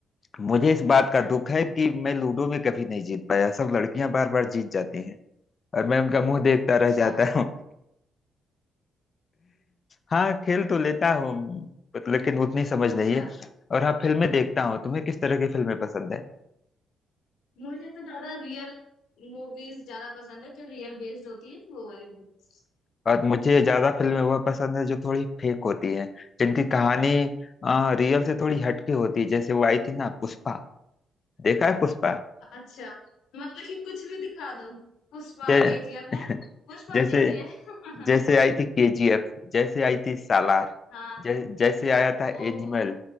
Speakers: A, on the left (about 50°); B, on the left (about 75°).
A: मुझे इस बात का दुख है कि मैं लूडो में कभी नहीं जीत पाया सब लड़कियां बार बार जीत जाती हैं और मैं उनका मुंह देखता
B: अच्छा
A: रह जाता हाँ खेल तो लेता हूँ but लेकिन उतनी समझ
B: अच्छा
A: नहीं है और हाँ फिल्में देखता हूँ तुम्हें किस तरह की फिल्में पसंद है
B: मुझे तो ज्यादा रियल मूवीज ज्यादा पसंद है जो रियल बेस्ड होती है ना वो वाली मूवीज
A: और मुझे ज्यादा फिल्में वह पसंद है जो थोड़ी फेक होती है जिनकी कहानी आ, रियल से थोड़ी हटके होती है जैसे वो आई थी ना पुष्पा देखा है पुष्पा
B: अच्छा मतलब कि कुछ भी दिखा दो पुष्पा
A: जै,
B: केजीएफ
A: <laughs>
B: है पुष्पा
A: जैसे
B: देखिए <laughs>
A: जैसे आई थी केजीएफ जैसे आई थी सालार
B: हाँ
A: जै, जैसे आया था
B: ओहो
A: एनिमल